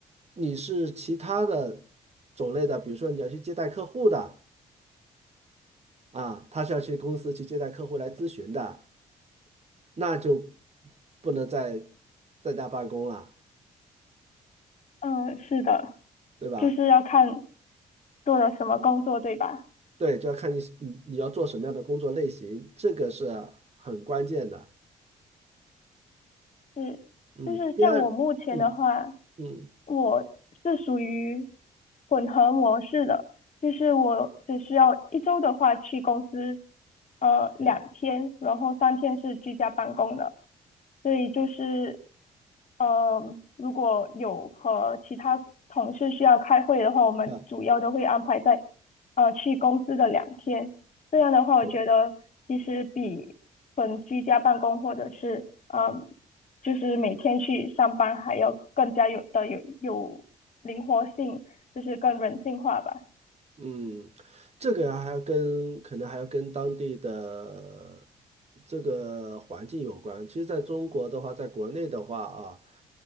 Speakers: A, on the right; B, on the left.
A: 你是其他的种类的，比如说你要去接待客户的啊，他是要去公司去接待客户来咨询的，那就不能再在家办公了。
B: 嗯，呃是的，
A: 对吧？
B: 就是要看做了什么工作，对吧？
A: 对，就要看你你你要做什么样的工作类型，这个是很关键的。
B: 是，
A: 嗯，
B: 就是像我目前的话，
A: 第二，嗯嗯
B: 我是属于混合模式的，就是我只需要一周的话去公司，呃，两天，
A: 嗯，
B: 然后三天是居家办公的，所以就是，呃，如果有和其他同事需要开会的话，我们主要都会安排在，
A: 啊，
B: 呃，去公司的两天。这样的话，我觉得其实比纯居家办公或者是嗯
A: 对。
B: 就是每天去上班还要更加有的有有灵活性，就是更人性化吧。
A: 嗯，这个还要跟可能还要跟当地的这个环境有关。其实，在中国的话，在国内的话啊，